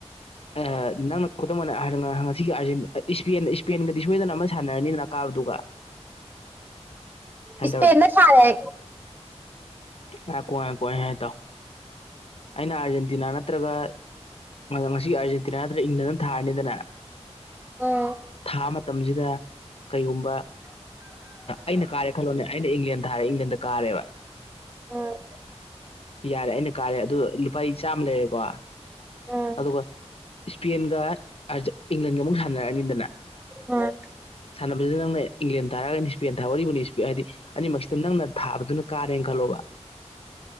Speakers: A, on the left; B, on the right.
A: ꯑ ꯅꯪꯅ ꯈꯨꯗꯝ ꯑꯣꯏꯅ ꯍꯥꯏ ꯁꯤꯒꯤ ꯑꯥ ꯏꯁꯄ ꯏꯁꯄꯦꯟꯒꯗꯤ ꯁꯣꯏꯗꯅ ꯑꯃ ꯁꯥꯟꯅꯔꯅꯤꯅ ꯀꯥꯕꯗꯨꯒ
B: ꯏꯁꯄꯦꯟ
A: ꯇꯧꯔꯁꯤ
B: ꯗ ꯊꯥꯔꯦ ꯑꯩ
A: ꯉꯥꯢꯈꯣ ꯉꯥꯢꯈꯣ ꯍꯥꯏ ꯇꯥꯎ ꯑꯩꯅ ꯑꯥꯔꯖꯦꯟꯇꯤꯅꯥ ꯅꯠꯇ꯭ꯔꯒ ꯉꯁꯤ ꯑꯥꯔꯖꯦꯟꯇꯤꯅꯥ ꯅꯠꯇ꯭ꯔꯒ ꯏꯪꯂꯦꯟꯗ ꯊꯥꯔꯅꯤꯗꯅ
B: ꯎꯝ
A: ꯊꯥ ꯃꯇꯝꯁꯤꯗ ꯀꯩꯒꯨꯝꯕ ꯑꯩꯅ ꯀꯥꯔꯦ ꯈꯜꯂꯣꯅꯦ ꯑꯩꯅ ꯏꯪꯂꯦꯟ ꯊꯥꯔꯦ ꯏꯪꯂꯦꯟꯗ ꯀꯥꯔꯦꯕ
B: ꯎꯝ
A: ꯌꯥꯔꯦ ꯑꯩꯅ ꯀꯥꯔꯦ ꯑꯗꯨ ꯂꯨꯄꯥꯥ ꯆꯥꯝꯃ ꯂꯩꯔꯦꯀꯣ
B: ꯎꯝ
A: ꯑꯗꯨꯒ ꯏꯁꯄꯦꯟꯒ ꯏꯪꯂꯦꯟꯒ ꯑꯃꯨꯛ ꯁꯥꯟꯅꯔꯛꯑꯅꯤꯗꯅ
B: ꯑꯝ
A: ꯁꯥꯟꯅꯕꯁꯤꯗ ꯅꯪꯅ ꯏꯪꯂꯦꯟ ꯊꯥꯔꯅꯤ ꯏꯁꯄꯦꯟ ꯊꯥꯔꯤꯕꯅꯤ ꯍꯥꯏꯗꯤ ꯑꯅꯤꯃꯛꯁꯤꯗ ꯅꯪꯅ ꯊꯥꯕꯗꯨꯅ ꯀꯥꯔꯦꯅ ꯈꯜꯂꯣꯕ